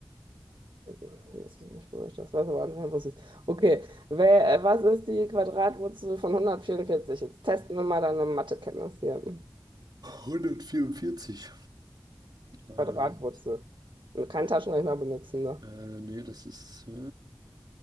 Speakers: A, on the right (about 80°); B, on the right (about 60°).
A: Hm, Weiß ich nicht, wo ich das weiß, aber anscheinend wusste ich es. Okay, Wer, äh, was ist die Quadratwurzel von 144? Jetzt testen wir mal deine Mathekenntnis hier.
B: 144. Ähm,
A: Quadratwurzel. Kein Taschenrechner benutzen, ne?
B: äh, nee, das ist äh,